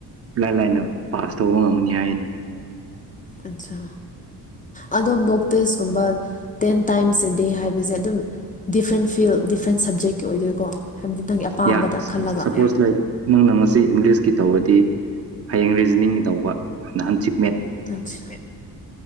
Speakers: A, on the right (about 35°); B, on the left (about 20°).
A: ꯏꯂꯥꯏ ꯂꯥꯏꯅ ꯄꯥꯁ ꯇꯧꯕ ꯉꯝꯒꯅꯤ ꯍꯥꯏꯅꯦ
B: ꯑꯠꯆꯥ ꯑꯗꯣ ꯃꯣꯛ ꯇꯦꯁꯀꯨꯝꯕ ꯇꯦꯟ ꯇꯥꯏꯝꯁ ꯑꯦ ꯗꯦ ꯍꯥꯏꯕꯁꯦ ꯑꯗꯨꯝ ꯗꯤꯐ꯭ꯔꯦꯟ ꯐꯤꯜ ꯗꯤꯐ꯭ꯔꯦꯟ ꯁꯞꯖꯦꯛꯀꯤ ꯑꯣꯏꯗꯣꯏꯀꯣ ꯍꯥꯏꯕꯗꯤ ꯅꯪꯒꯤ ꯑꯄꯥꯝꯕꯗ
A: ꯌꯥ
B: ꯈꯜꯂꯒ
A: ꯁꯄꯣꯁ
B: ꯑꯠꯆꯥ
A: ꯂꯥꯏꯛ ꯅꯪꯅ ꯉꯁꯤ ꯏꯪꯂꯤꯁꯀꯤ ꯇꯧꯔꯗꯤ ꯍꯌꯦꯡ ꯔꯤꯖꯅꯤꯡꯒꯤ ꯇꯧꯕ ꯅꯍꯥꯟ ꯆꯤꯛ
B: ꯑꯆꯥ